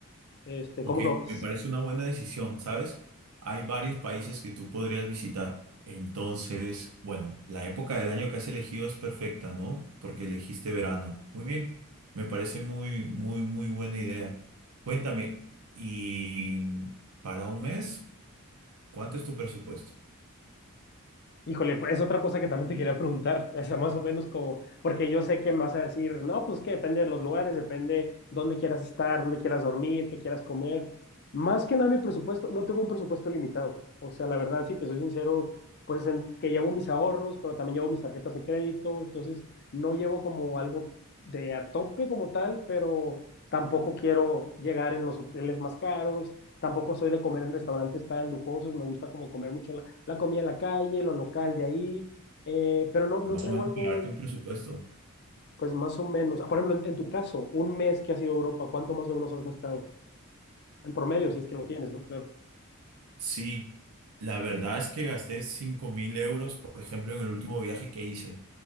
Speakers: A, on the left; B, on the right.
A: Este,
B: Ok,
A: ¿cómo lo ves?
B: me parece una buena decisión, ¿sabes? Hay varios países que tú podrías visitar. Entonces, bueno, la época del año que has elegido es perfecta, ¿no? Porque elegiste verano. Muy bien, me parece muy, muy, muy buena idea. Cuéntame, ¿y mm, para un mes, cuánto es tu presupuesto?
A: Híjole, pues es otra cosa que también te quería preguntar, <laughs> o sea, más o menos como, porque yo sé que me vas a decir, no, pues que depende de los lugares, depende dónde quieras estar, dónde quieras dormir, qué quieras comer. Más que nada mi presupuesto, no tengo un presupuesto limitado, o sea, la verdad, si te soy sincero, pues en- que llevo mis ahorros, pero también llevo mis tarjetas de crédito, entonces no llevo como algo de a tope como tal, pero tampoco quiero llegar en los hoteles más caros, tampoco soy de comer en restaurantes tan lujosos, me gusta como comer mucho la comida de la calle, lo local de ahí, eh, pero no, no
B: Más
A: traigo
B: o menos,
A: algo,
B: para darte un presupuesto.
A: pues más o menos. Por ejemplo, en, en tu caso, un mes que has ido a Europa, ¿cuánto más o menos has gastado? En promedio, si es que lo tienes, ¿no? Claro.
B: Sí, la verdad es que gasté cinco mil euros, por ejemplo, en el último viaje que hice,